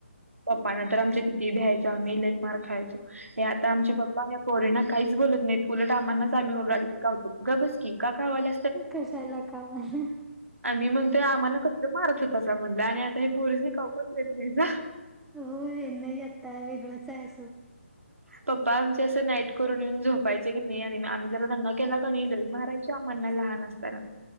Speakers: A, on the right; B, in the centre.
A: पप्पाना तर आमच्या किती भ्यायचो आम्ही लई मार खायचो हे आता आमचे पप्पा पण या पोररीणाना काहीच बोलत नाहीत उलट आम्हाांनाच आम्हीरड खावतो ग बस की का खावायला.
B: कशाला कावाला
A: आ मी म्हणतोय आम्हाला कसलं मारत होता अस म्हणलं आणि आता हे बोरसनी कावुन पण देत नाही जा.
B: हो हे नाही आता वेगळंच आहे.
A: पप्पा आमचे असं नाईट करून येऊन झोपायचे की नाही आणि आमही दंगा केला का लई मारायचे लहान असताना